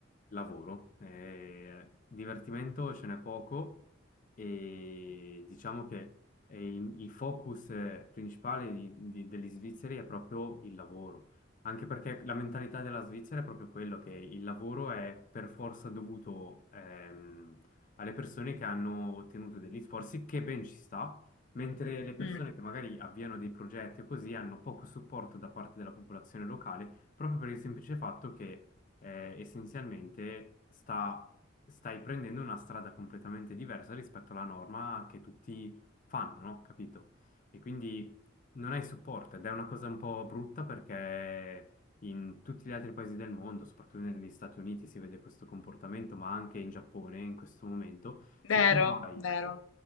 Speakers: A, on the left; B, on the left.
A: lavoro. Eh, divertimento ce n'è poco e diciamo che è il, il focus eh, principale di- di- degli svizzeri è proprio il lavoro, anche perché la mentalità della Svizzera è proprio quello che il lavoro è per forza dovuto. Ehm, alle persone che hanno ottenuto degli sforzi, che ben ci sta, mentre le persone
B: Mm,
A: che magari avviano dei progetti o così hanno poco supporto da parte della popolazione locale, proprio per il semplice fatto che eh, essenzialmente sta- stai prendendo una strada completamente diversa rispetto alla norma che tutti fanno, no? Capito? E quindi non hai supporto ed è una cosa un po' brutta perché in tutti gli altri paesi del mondo, soprattutto negli Stati Uniti, si vede questo comportamento, ma anche in Giappone in questo momento, se
B: vero,
A: tu vai
B: vero,